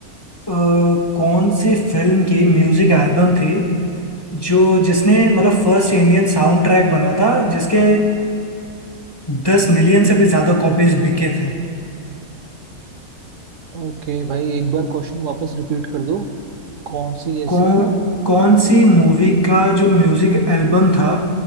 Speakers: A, on the left (about 20°); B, on the right (about 65°).
A: अ, कौन सी फिल्म की म्यूजिक एल्बम थी जो जिसने मतलब फर्स्ट इंडियन साउंड ट्रैक बना था जिसके दस मिलियन से भी ज्यादा कॉपीज बिके थे
B: ओके भाई एक बार क्वेश्चन वापस रिपीट कर दो कौन सी ऐसी
A: कौन कौन सी मूवी का जो म्यूजिक एल्बम था